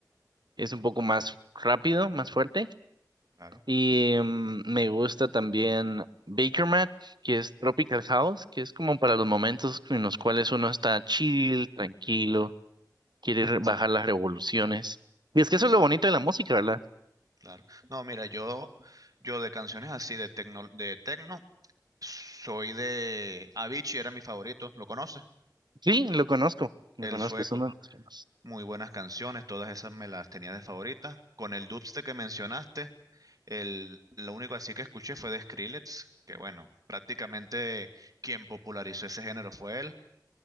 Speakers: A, on the right (about 80°); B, on the right (about 55°).
A: Es un poco más rápido, más fuerte.
B: claro,
A: Y mm, me gusta también Baker Mat, que es Tropical House, que es como para los momentos en los cuales uno está chill, tranquilo quiere re- bajar
B: sí,
A: las revoluciones. Y es que eso
B: sí.
A: es lo bonito de la música, ¿verdad?
B: Claro. No, mira, yo, yo de canciones así de tecno, de tecno, soy de Avicii, era mi favorito, ¿lo conoces?
A: Sí, lo conozco, lo
B: El
A: conozco,
B: sueco,
A: es uno de los temas.
B: muy buenas canciones, todas esas me las tenía de favoritas. Con el dubstep que mencionaste, el, lo único así que escuché fue de Skrillex, que bueno, prácticamente quien popularizó ese género fue él.